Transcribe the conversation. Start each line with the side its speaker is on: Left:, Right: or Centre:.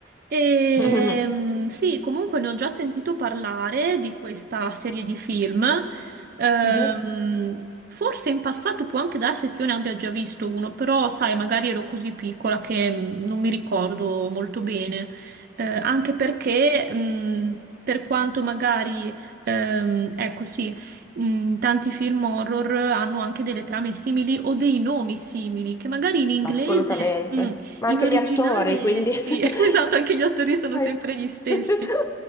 Right: Ehm,
Left: <coughs> <clears throat>
Right: sì, comunque ne ho già sentito parlare di questa serie di film. Ehm,
Left: Mhm.
Right: forse in passato può anche darsi che io ne abbia già visto uno, però sai, magari ero così piccola che mm, non mi ricordo molto bene. Eh, anche perché, mm, per quanto magari, ehm, ecco sì mh, tanti film horror hanno anche delle trame simili o dei nomi simili, che magari in inglese,
Left: assolutamente.
Right: mh,
Left: Ma
Right: in
Left: anche
Right: originale,
Left: gli attori, quindi.
Right: sì,
Left: <laughs>
Right: <laughs> esatto, anche gli attori sono
Left: Vai.
Right: sempre gli stessi.
Left: <laughs>